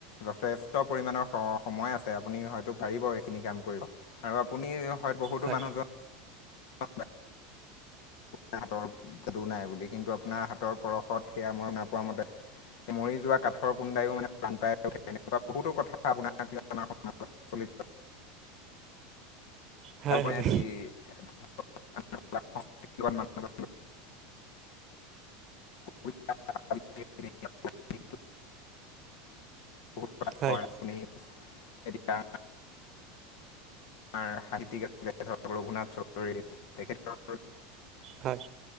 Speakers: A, on the left (about 70°); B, on the right (about 45°).
A: যথেষ্ট পৰিমণৰ সময় আছে আপুনি হয়তো পাৰিব এইখিনি কাম কৰিব। আৰু আপুনি হয়ত বহুতো
B: হয়
A: মানুহজন। হাতৰ যাদু নাই বুলি কিন্তু আপোনাৰ হাতৰ পৰশত সেয়া মই নাপোৱা মতে। মৰি যোৱা কাঠৰ কুণ্ডায়ো মানে প্ৰাণ পায় তেনেকুৱা বহুতো কথা আপোনাক লৈ আমাৰ সমাজত। ফলিত। তাৰপ
B: হয় হয়
A: মান কবিতা আবৃত্তি অ'।
B: হয়।
A: সৰিয়া। আমাৰ সাহিত্যিক আছিলে ধৰক ৰঘুনাথ চৌধুৰী তেখেত।
B: হয়।